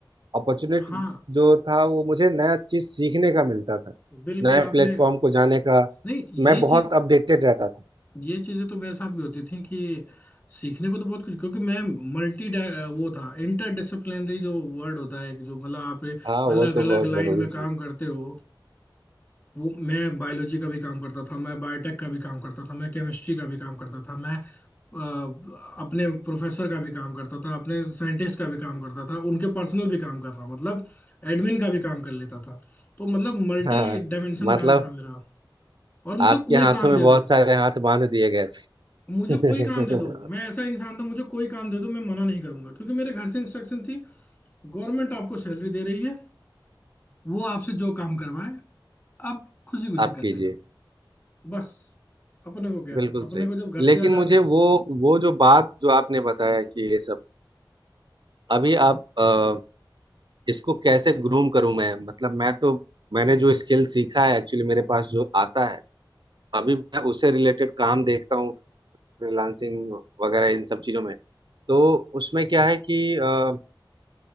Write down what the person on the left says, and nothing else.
हाँ
बिल्कुल
आपने
नहीं ये
चीज
ये चीजें तो मेरे साथ भी होती थी कि सीखने को तो बहुत कुछ क्योंकि मैं मल्टी वो था इंटर डिसिप्लिनरी जो वर्ड होता है कि जो मतलब आप
अलग
अलग
लाइन में
काम करते हो वो मैं बायोलॉजी का भी काम करता था मैं बायोटेक का भी काम करता था मैं केमिस्ट्री का भी काम करता था मैं अ, अपने प्रोफेसर का भी काम करता था अपने साइंटिस्ट का भी काम करता था उनके पर्सनल भी काम कर रहा मतलब एडमिन का भी काम कर लेता था तो मतलब मल्टी
डायमेंशन
काम था मेरा और
मुझे कोई
काम
दे
दो
मुझे कोई काम दे दो मैं
ऐसा इंसान था मुझे कोई काम दे दो मैं मना नहीं करूंगा क्योंकि मेरे घर से इंस्ट्रक्शन थी गवर्नमेंट आपको सैलरी दे रही है वो आपसे जो काम करवाए आप खुशी खुशी
कर
लेना बस अपने को क्या
है अपने
को जब घर
से आजाद